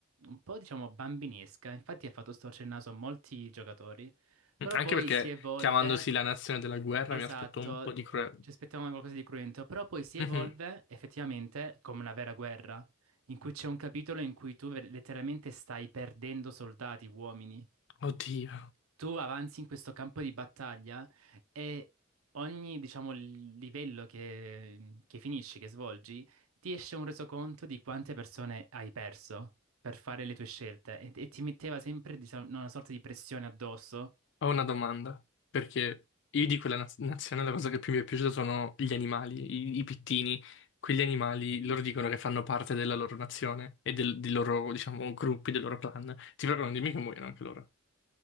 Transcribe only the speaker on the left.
Anche
perché,
chiamandosi la nazione della guerra,
mi aspetto un po' di... cura-
Mhm.
Oddio.
Ho una domanda, perché io di quella naz- nazione la cosa che più mi è piaciuta sono gli animali, i, i pittini. Quegli animali
loro dicono che fanno parte della loro nazione e del, dei loro, diciamo, gruppi, dei loro clan. Ti prego, non dimmi che muoiono anche loro.